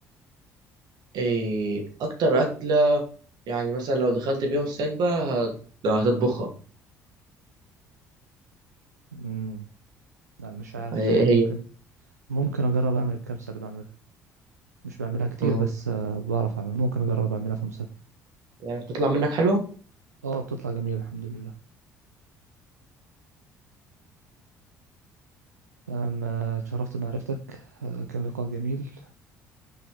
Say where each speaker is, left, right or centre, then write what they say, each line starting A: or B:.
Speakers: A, on the right; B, on the right.
A: ايه اكتر اكله يعني مثلا لو دخلت بيهم سكبه هت- هتطبخها
B: مم. لا مش عارف
A: إيه
B: الصراحة
A: هي
B: ممكن ممكن أجرب أعمل الكبسة اللي بعملها مش بعملها كتير
A: آه.
B: بس آه بعرف أعملها ممكن أجرب أعملها في مسابقة
A: يعني بتطلع منك حلوه
B: اه بتطلع جميل الحمد لله تمام آه، اتشرفت بمعرفتك آه، كان لقاء جميل